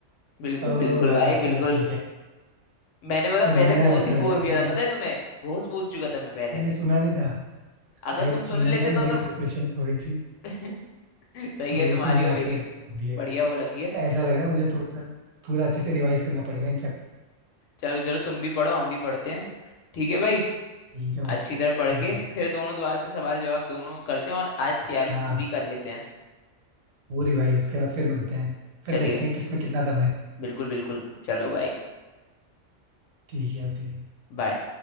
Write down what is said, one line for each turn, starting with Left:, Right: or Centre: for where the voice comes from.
Left: बिल्कुल
Right: ओ
Left: बिल्कुल
Right: भाई
Left: भाई
Right: चलो
Left: बिल्कुल
Right: ठीक है
Left: मैंने मतलब
Right: तुमने
Left: पहले
Right: ना
Left: भोस
Right: ऐसा
Left: ही
Right: लग
Left: बोल
Right: रहा है
Left: दिया
Right: मेरी
Left: था पता है तुम्हें भोस बोल चुका था मैं पहले
Right: मैंने सुना नहीं था
Left: अगर
Right: भाई
Left: तुम सुन
Right: तुमने
Left: लेते
Right: ना
Left: तो
Right: मेरी
Left: तो
Right: प्रिपरेशन थोड़ी सी
Left: <laughs> सही
Right: थोड़ी
Left: है तुम्हारी
Right: सी हिला
Left: और मेरी
Right: के रख दी है
Left: बढ़िया हो रखी है
Right: ऐसा लग रहा है मुझे थोड़ा सा पूरा अच्छे से रिवाइज करना पड़ेगा इनफैक्ट
Left: चलो चलो तुम भी पढ़ो हम भी पढ़ते हैं ठीक है भाई
Right: ठीक है भाई
Left: अच्छी
Right: ठीक
Left: तरह पढ़ के
Right: है
Left: फिर दोनों दोबारा से सवाल जवाब दोनों करते हैं और आज
Right: हाँ
Left: तैयारी पूरी कर लेते हैं
Right: पूरी भाई उसके बाद फिर मिलते हैं फिर
Left: चलिए
Right: देखते हैं किसमें कितना दम है
Left: बिल्कुल बिल्कुल चलो भाई
Right: ठीक है ओके
Left: बाय